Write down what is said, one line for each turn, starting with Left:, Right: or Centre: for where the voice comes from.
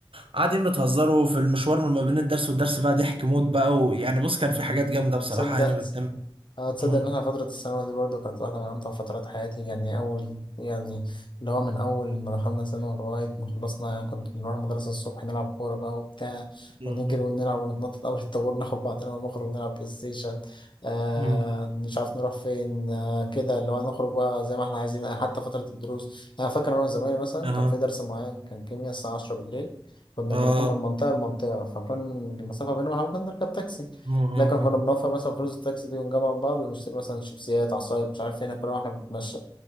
Right: قاعدين بتهزروا في المشوار ما بين الدرس والدرس بقى ضحك موت بقى ويعني بص كان
Left: امم
Right: في حاجات جامدة بصراحة
Left: تصدق
Right: يعني بتتم
Left: اه تصدق
Right: مم.
Left: ان انا فترة الثانوي دي برضو كانت واحدة من امتع فترات حياتي يعني اول يعني اللي هو من اول ما دخلنا ثانوي لغاية ما خلصنا يعني كنت بنروح المدرسة الصبح نلعب كورة بقى وبتاع
Right: مم.
Left: ونجري ونلعب ونتنطط قبل الطابور ناخد بعضنا ونخرج نلعب بلاي ستيشن آه
Right: مم.
Left: مش عارف نروح فين آه كده اللي هو نخرج بقى زي ما احنا عايزين آه، حتى فترة الدروس انا فاكر انا وزمايلي مثلا
Right: اها
Left: كان في درس معين كان كيمياء الساعة 10 بالليل كنا
Right: اه
Left: بنروح من منطقة لمنطقة فكان المسافة بينهم ممكن نركب تاكسي
Right: مم. مم.
Left: لكن كنا بنوفر مثلا فلوس التاكسي دي ونجمع من بعض ونشتري مثلا شيبسيات عصاير مش عارف ايه ناكلها واحنا بنتمشى